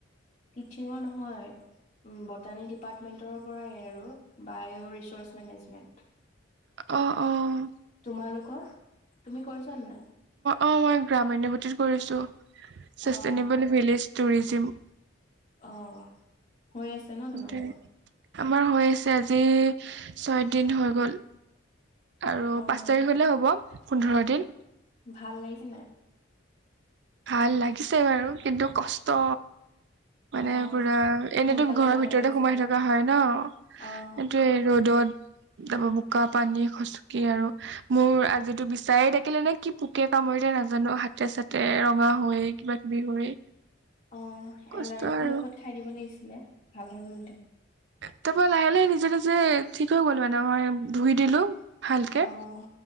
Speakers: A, on the left (about 35°); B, on the right (about 60°).
A: টিচিঙৰ নহয়। বটানী ডিপাৰ্টমেন্টৰ পৰাই আৰু, বায়' ৰিচাৰ্চ মেনেজমেন্ট।
B: অ', অ'।
A: তোমালোকৰ, তুমি কৰিছা নে নাই?
B: অ', মই গ্ৰামউন্নয় গতিত কৰিছোঁ, চাষ্টেইনেবল
A: অ
B: ভিলেজ টুৰিজিম।
A: অ', হৈ আছে। ন তোমালোকৰ
B: দে আমাৰ হৈ আছে, আজি ছয় দিন হৈ গ'ল। আৰু
A: অ'
B: পাঁচ তাৰিখ হ'লে হ'ব পোন্ধৰ দিন।
A: ভাল লাগিছে নাই?
B: ভাল লাগিছে বাৰু, কিন্তু কষ্ট। মানে
A: অ'
B: পুৰা
A: সোনকালে
B: এনেতো ঘৰৰ
A: যাব
B: ভিতৰতে
A: লাগে চাগে
B: সোমাই থকা হয় ন'।
A: অ'
B: ৰ'দত। তাৰপা বোকা পানী খচকি আৰু মোৰ আজিটো বিচাএ দাকিলে নে কি পোকে কামৰিলে নাজানো? হাতে চাতে ৰঙা হৈ কিবা কিবি হৈ
A: অ'
B: কষ্ট
A: এলাৰ্জি
B: আৰু
A: ঔষধ খাই দিব লাগিছিলে, ভাল হৈ গ'ল হেতেন।
B: তাৰ পৰা লাহে লাহে নিজে নিজে ঠিক হৈ গ'ল, মানে মই ধুই দিলো। ভালকে,
A: অ'